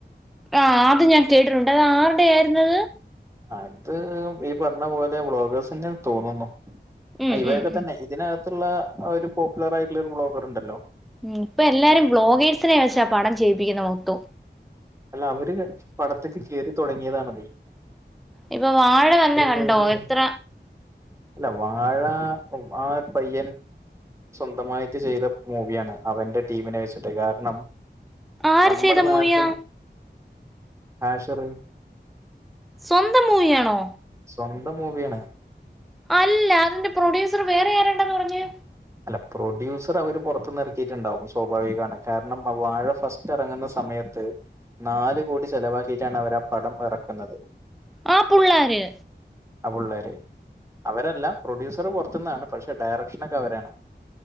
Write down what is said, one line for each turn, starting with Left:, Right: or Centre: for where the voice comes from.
Centre: ആഹ് അത് ഞാൻ കേട്ടിട്ടുണ്ട് അത് ആരുടെ ആരുന്ന്?
Right: അത് ഈ പറഞ്ഞ പോലെ ബ്ളോഗേഴ്സിന്റെയാ തോന്നുന്നു
Centre: ഉം
Right: ആ ഇവരൊക്കെ
Centre: ഉം ഉം
Right: തന്നെ. ഇതിനകത്തുള്ള ഒരു പോപ്പുലർ ആയിട്ടുള്ള ഒരു വ്ളോഗർ ഇണ്ടല്ലോ?
Centre: ഉം ഇപ്പ എല്ലാരും ബ്ലോഗേഴ്സിനെ വെചാ പടം ചെയ്യിപ്പിക്കുന്നേ മൊത്തോം
Right: അല്ല അവര് പടത്ത്ക്ക് കേറി തൊടങ്ങിയതാണ് അത്.
Centre: ഇപ്പൊ വാഴന്നെ കണ്ടോ
Right: മൂവി
Centre: എത്ര
Right: അല്ല വാഴ വ പയ്യൻ- സ്വന്തമായിട്ട് ചെയ്ത മൂവിയാണ് അവന്റെ ടീമിനെ വെച്ചിട്ട് കാരണം
Centre: ആര്
Right: നമ്മടെ
Centre: ചെയ്ത
Right: നാട്ടിൽ
Centre: മൂവിയാ
Right: ഹാഷിറ്
Centre: സ്വന്തം മൂവിയണോ
Right: സ്വന്തം മൂവിയാണ്
Centre: അല്ല അതിന്റെ പ്രൊഡ്യൂസറ് വേറെ ആരാണ്ടാന്ന് പറഞ്ഞ്
Right: അ അല്ല പ്രൊഡ്യൂസറ് അവര് പൊറത്ത്ന്ന് എറക്കിയിട്ടുണ്ടാവും സ്വാഭാവികാണ് കാരണം വാഴ ഫസ്റ്റ് എറങ്ങുന്ന സമയത്ത് നാലു കോടി ചെലവാക്കീട്ടാണ് അവർ ആ പടം എറക്കുന്നത്
Centre: ആ പുള്ളാര്
Right: ആ പുള്ളേര് അവരല്ല പ്രൊഡ്യൂസറ് പൊറത്തുന്നാണ് പക്ഷെ ഡയറക്ഷനൊക്കെ അവരാണ്